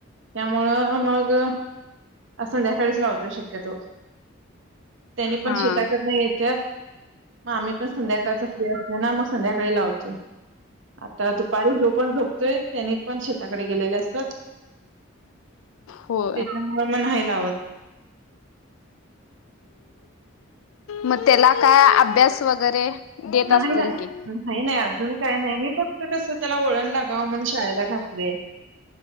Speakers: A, on the right (about 65°); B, on the left (about 80°).
A: मुळ मग संध्याकाळीच लावतोय शक्यतो. त्यांनी पण
B: हा.
A: शेताकडंन येत्यात मग आम्ही पण संध्याकाळच फ्री असलो ना मग संध्याकाळी लावतोय. आता दुपारी घेऊ ह्यो पण झोप तोय. त्यांनी पण शेताकडे गेलेले असतात.
B: होय.
A: त्याच्यामुळं मग नाही लावत
B: मग त्याला काय अभ्यास वगैरे देत
A: नाही,
B: असतील
A: नाही,
B: की?
A: नाही, नाही. अजून काय नाही. मी होतस <unintelligible> त्याला वळण लागावं म्हणून शाळेला घातले